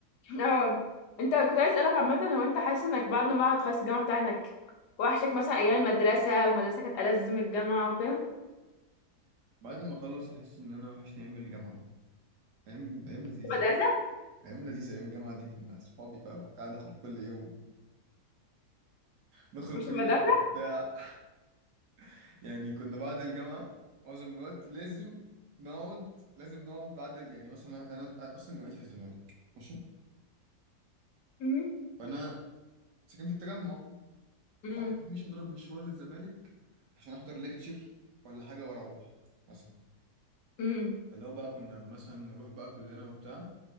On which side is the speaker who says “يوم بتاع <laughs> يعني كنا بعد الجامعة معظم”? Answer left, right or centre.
Right